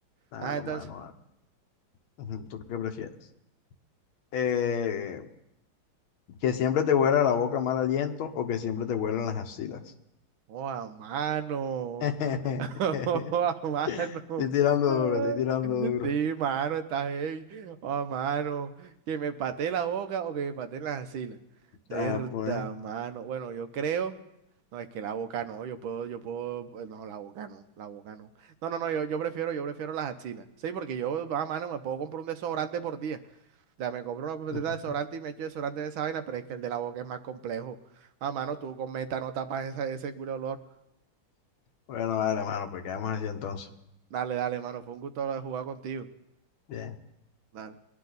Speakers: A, on the left (about 80°); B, on the right (about 80°).
A: A
B: Ah,
A: lo
B: entonces.
A: mano, a ujú, ¿Tú qué prefieres? Eh, que siempre te huela la boca mal aliento o que siempre te huelan las axilas.
B: ¡Oh, a mano!
A: <laughs> Estoy
B: <laughs> ¡Oh, a mano!
A: tirando
B: <laughs>
A: duro, estoy tirando duro.
B: Sí, mano, está heavy. ¡Oh, mano! Que me patee la boca o que me patee las axilas. Verdad,
A: Ah, pues.
B: mano. Bueno, yo creo. No, es que la boca no, yo puedo, yo puedo, pues, no, la boca no, la boca no. No, no, no, yo, yo prefiero, yo prefiero las axilas. Sí, porque yo, a mano, me puedo comprar un desodorante por día. Ya me compro una pepetita
A: <laughs>
B: de desodorante y me echo desodorante en esa vaina, pero es que el de la boca es más complejo. A mano, tú con meta no tapas esa- ese culo de olor.
A: Bueno, vale, mano, pues quedamos así entonces.
B: Dale, dale, mano, fue un gusto jugar contigo.
A: Bien.
B: Dale.